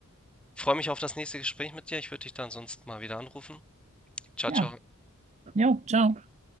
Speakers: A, in the centre; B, on the right (about 30°).
A: freue mich auf das nächste Gespräch mit dir. Ich würde dich dann sonst mal wieder anrufen. Ciao,
B: ja,
A: ciao.
B: jo, ciao.